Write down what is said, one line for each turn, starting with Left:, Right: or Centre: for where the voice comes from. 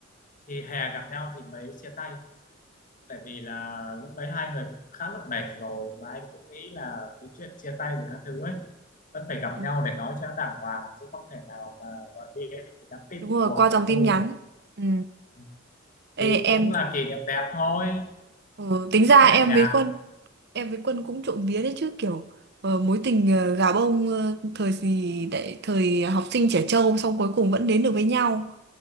Left: thì hè gặp nhau thì mới chia tay tại vì là lúc đấy hai người cũng khá là mệt rồi mà anh cũng nghĩ là cái chuyện chia tay với các thứ ấy vẫn phải gặp
Right: Ừ.
Left: nhau để nói cho nó đàng hoàng chứ không thể nào mà gọi điện thì nhắn tin
Right: đúng
Left: một
Right: rồi
Left: cuộc
Right: qua dòng
Left: là
Right: tin
Left: thôi
Right: nhắn
Left: được
Right: ừ.
Left: Ừ.
Right: Ê,
Left: thì cũng
Right: em
Left: là kỷ niệm đẹp thôi
Right: ừ, tính ra
Left: cũng
Right: em
Left: nhẹ nhàng
Right: với Quân em với Quân cũng trộm vía đấy chứ kiểu ờ, mối tình ờ, gà bông ờ, thời gì đấy thời học sinh trẻ trâu xong cuối cùng vẫn đến được với nhau